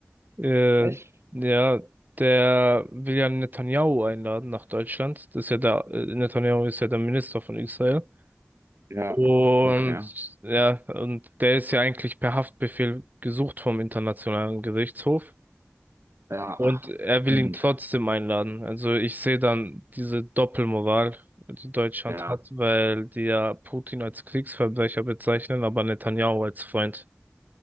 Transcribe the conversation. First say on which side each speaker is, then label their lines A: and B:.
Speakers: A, on the right; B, on the right.
A: Äh,
B: echt?
A: ja, der will ja Netanyahu einladen nach Deutschland. Das ist ja der, äh, Netanyahu ist ja der Minister von Israel.
B: Ja,
A: Und
B: okay.
A: ja, und der ist ja eigentlich per Haftbefehl gesucht vom Internationalen Gerichtshof.
B: Ja,
A: Und
B: ach,
A: er will
B: stimmt.
A: ihn trotzdem einladen. Also ich sehe dann diese Doppelmoral, die Deutschland
B: Ja.
A: hat, weil die ja Putin als Kriegsverbrecher bezeichnen, aber Netanyahu als Freund.